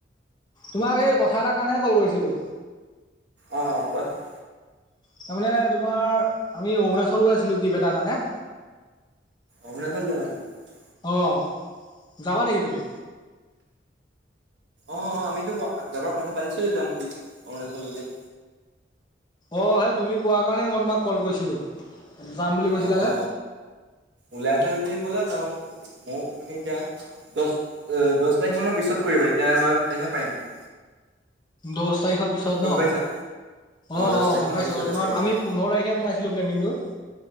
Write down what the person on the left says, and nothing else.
তোমাক এই কথা এটাৰ কাৰণেহে কল কৰিছিলোঁ।
তাৰমানে তোমাৰ আমি অৰুণাচল গৈ আছিলোঁ ট্ৰিপ এটাৰ কাৰণে।
অহ যাবা নেকি তুমি?
অঁ সেই তুমি কোৱা কাৰণে মই তোমাক কল কৰিছিলোঁ। যাম বুলি কৈছিলা
যে
দহ তাৰিখৰ পিছত
ন
অ
অ
গম
পাইছো
বাৰু তোমাৰ
আমি পোন্ধৰ তাৰিখে বনাইছিলো প্লেনিংটো।